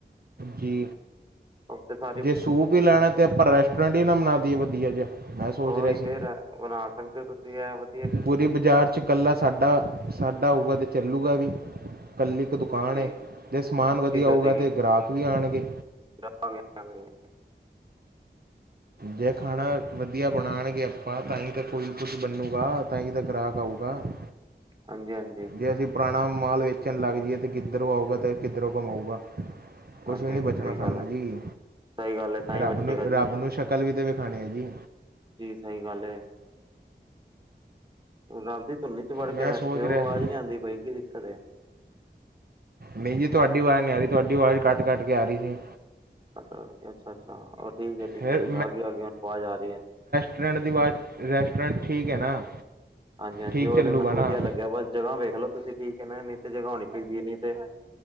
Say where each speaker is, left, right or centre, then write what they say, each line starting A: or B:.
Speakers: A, on the right; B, on the right.
A: ਜੀ।
B: ਓਕੇ ਸ
A: ਜੇ ਸੂਪ ਹੀ ਲੈਣਾ ਤੇ ਆਪਾਂ ਰੈਸਟੋਰੈਂਟ ਹੀ ਨਾ ਬਣਾ ਦੇਈਏ ਵਧੀਆ ਜਿਹਾ ਮੈਂ ਸੋਚ
B: ਉਹੀ
A: ਰਿਹਾ ਸੀ।
B: ਤੇ ਬਣਾ ਸਕਦੇ ਹੋ ਤੁਸੀਂ ਇਹ ਵ
A: ਪੂਰੀ ਬਾਜ਼ਾਰ ਚ ਇਕੱਲਾ ਸਾਡਾ, ਸਾਡਾ ਹੋਊਗਾ ਤਾਂ ਚੱਲੂਗਾ ਵੀ। ਇਕੱਲੀ ਇੱਕ ਦੁਕਾਨ
B: ਚੀਜ਼
A: ਜੇ ਸਮਾਨ ਵਧੀਆ ਹੋਊਗਾ
B: ਹੋ ਜਾਏਗੀ
A: ਤੇ ਗ੍ਰਾਹਕ ਵੀ ਆਣਗੇ।
B: <inaudible>
A: ਜੇ ਖਾਣਾ ਵਧੀਆ ਬਣਾਣਗੇ ਆਪਾਂ ਤਾਂ ਹੀ ਤਾਂ ਕੋਈ ਕੁੱਛ ਬਨੂਗਾ ਤਾਂ ਹੀ ਤਾਂ ਗ੍ਰਾਹਕ ਆਊਗਾ। <inaudible>
B: ਹਾਂਜੀ-ਹਾਂਜੀ।
A: ਜੇ ਅਸੀਂ ਪੁਰਾਣਾ ਮਾਲ ਵੇਚਣ ਲੱਗ ਜਾਈਏ ਤਾਂ ਕਿੱਧਰੋਂ ਆਊਗਾ ਅਤੇ ਕਿੱਧਰੋਂ ਕਮਾਊਗਾ? ਕੁੱਛ
B: ਹਾਂਜੀ
A: ਵੀ ਨਹੀਂ
B: ਹਾਂਜੀ
A: ਬਚਣਾ
B: ਸਹੀ
A: ਸਾਨੂੰ
B: ਗੱਲ ਹੈ
A: ਜੀ
B: ਸਹੀ ਗੱਲ ਹੈ ਤਾਂ ਹੀ
A: ਰੱਬ
B: ਬੱਚੇਗਾ
A: ਨੂੰ,
B: ਜੀ
A: ਰੱਬ ਨੂੰ ਸ਼ਕਲ ਵੀ ਤਾਂ ਵਿਖਾਣੀ ਏ ਜੀ।
B: ਜੀ ਸਹੀ ਗੱਲ ਏ। ਰੱਬ ਦੀ ਧੁੰਨੀ ਚ ਵੜ ਕੇ
A: ਮੈਂ
B: ਬੈਠੇ
A: ਸੋਚ
B: ਉ
A: ਰਿਹਾ
B: ਆਵਾਜ਼ ਨੀ ਆਦੀ ਪਈ ਕੀ ਦਿੱਕਤ ਏ?
A: ਨਹੀਂ ਜੀ ਤੁਹਾਡੀ ਆਵਾਜ਼ ਨਹੀਂ ਆ ਰਹੀ ਤੁਹਾਡੀ ਆਵਾਜ਼ ਕੱਟ-ਕੱਟ ਕੇ ਆ ਰਹੀ ਸੀ।
B: ਅੱਛਾ- ਅੱਛਾ ਠੀਕ ਹੈ-ਠੀਕ
A: ਫਿਰ
B: ਜੀ ਆਗੀ-ਆਗੀ ਹੁਣ ਵਾਜ ਆ ਰਹੀ ਏ।
A: ਟ੍ਰੈਂਡ ਦੀ ਵਾਜ ਰੈਸਟੋਰੈਂਟ ਠੀਕ ਏ ਨਾ।
B: ਹਾਂਜੀ- ਹਾਂਜੀ
A: ਠੀਕ
B: ਉਹ
A: ਚੱਲੂਗਾ
B: ਤੇ ਮੈਨੂੰ
A: ਨਾ
B: ਵਧੀਆ ਲੱਗਿਆ ਬਸ ਜਗ੍ਹਾ ਵੇਖ ਲੋ ਤੁਸੀਂ ਕੀ ਠੀਕ ਏ ਨਾ ਇਨੀ ਤੇ ਜਗਾ ਹੋਣੀ ਚਾਈਦੀ ਏ ਨਹੀ ਤੇ-